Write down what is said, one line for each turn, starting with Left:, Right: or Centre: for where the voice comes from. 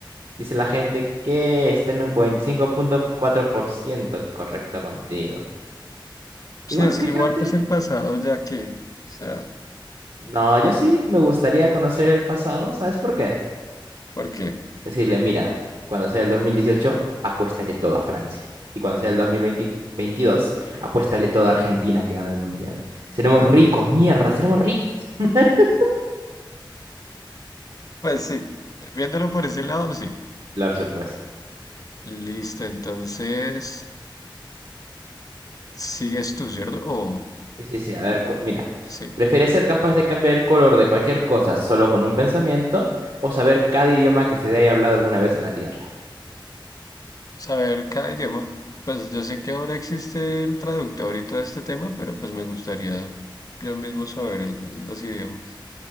Right: Dice la gente que está en un cuarenta y cinco punto cuatro por ciento correcto contigo. Igual
Left: Sí, es
Right: fíjate.
Left: que igual pues el pasado ya que, o sea,
Right: No, yo sí me gustaría conocer el pasado. ¿Sabes por qué?
Left: porque,
Right: Decirle, mira, cuando sea el 2018, apuéstale todo a Francia. Y cuando sea el 2022, apuéstale todo a Argentina que gana el Mundial. Seremos ricos, mierda, seremos ricos. <laughs>
Left: pues sí, viéndolo por ese lado, sí.
Right: Claro, supuesto.
Left: Listo, entonces, sigues tú, ¿cierto? O,
Right: Sí, sí, sí, a ver, cu- mira,
Left: sí,
Right: ¿prefieres ser capaz de cambiar el color de cualquier cosa solo con un pensamiento o saber cada idioma que se haya hablado alguna vez en la Tierra?
Left: saber cada idioma. Pues yo sé que ahora existe el traductor y todo este tema, pero pues me gustaría yo mismo saber el- los idiomas.